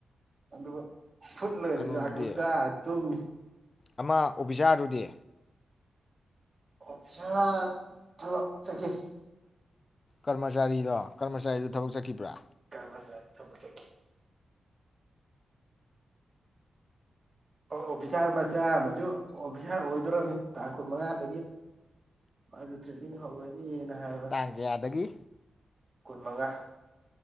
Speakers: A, on the right; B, on the left.
A: ꯑꯗꯨꯒ ꯐꯨꯠꯂꯒ
B: ꯀꯩꯅꯣꯗꯨꯗꯤ
A: ꯆꯨꯖꯥꯛꯇꯨ ꯆꯥꯔ ꯇꯨꯝꯃꯤ
B: ꯑꯃ ꯑꯣꯐꯤꯁꯥꯔꯗꯨꯗꯤ?
A: ꯑꯣꯐꯤꯁꯥꯔ ꯊꯕꯛ ꯆꯠꯈꯤ꯫
B: ꯀꯔꯃꯆꯥꯔꯤꯗꯣ ꯀꯔꯃꯆꯥꯔꯤꯗꯣ ꯊꯕꯛ ꯆꯠꯈꯤꯕ꯭ꯔꯥ?
A: ꯀꯔꯃꯆꯥꯔꯤ ꯊꯕꯛ ꯆꯠꯈꯤ꯫ ꯑꯣ ꯑꯣ ꯐꯤꯁꯥꯔ ꯃꯆꯥ ꯑꯃꯁꯨ ꯑꯣꯐꯤꯁꯥꯔ ꯑꯣꯏꯗꯣꯔꯕꯅꯤ ꯇꯥꯡ ꯀꯨꯟ ꯃꯉꯥꯗꯒꯤ ꯃꯥꯗꯨ ꯇ꯭ꯔꯦꯅꯤꯡ ꯍꯧꯔꯅꯤꯅ꯫ ꯍꯥꯏꯕꯅꯤ
B: ꯇꯥꯡ ꯀꯌꯥꯗꯒꯤ?
A: ꯀꯨꯟ ꯃꯉꯥ꯫